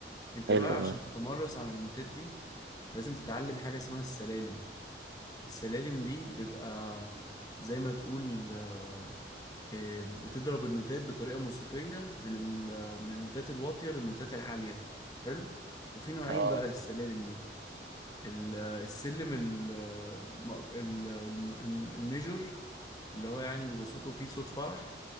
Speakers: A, on the left (about 20°); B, on the right (about 75°).
A: انت
B: حلو
A: بقى عشان
B: اه
A: تتمرس على النوتات دي لازم تتعلم حاجة اسمها السلالم السلالم دي بتبقى زي ما تقول آه، آه، بتضرب النوتات بطريقة موسيقية من ال- من النوتات الواطية للنوتات العالية حلو وفي نوعين
B: اه
A: بقى للسلالم دي ال- السلم ال- م- ال- الم- الميجور اللي هو يعني بيبقى صوته فيه صوت فرح